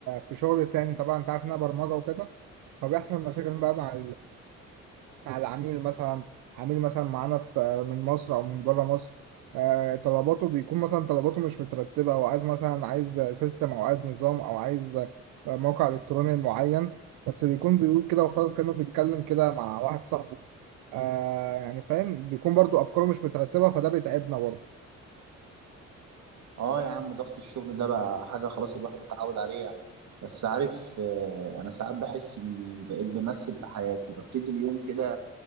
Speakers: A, on the right; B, on the right.
A: في شغل تاني طبعا انت عارف ان انا برمجة وكده فبيحصل مشاكل بقى مع مع العميل مثلا عميل مثلا معانا في من مصر او من بره مصر آه، طلباته بيكون مثلا طلباته مش مترتبه او عايز مثلا عايز سيستم او عايز نظام او عايز آه، موقع الكتروني معين بس بيكون بيقول كده وخلاص كانه بيتكلم كده مع واحد صاحبه آه يعني فاهم بيكون برضو افكاره مش مترتبه فده بيتعبنا برضو
B: اه يا عم ضغط الشغل ده بقى حاجة خلاص الواحد اتعود عليها بس عارف آه، انا ساعات بحس اني بقيت بمثل في حياتي ببتدي اليوم كده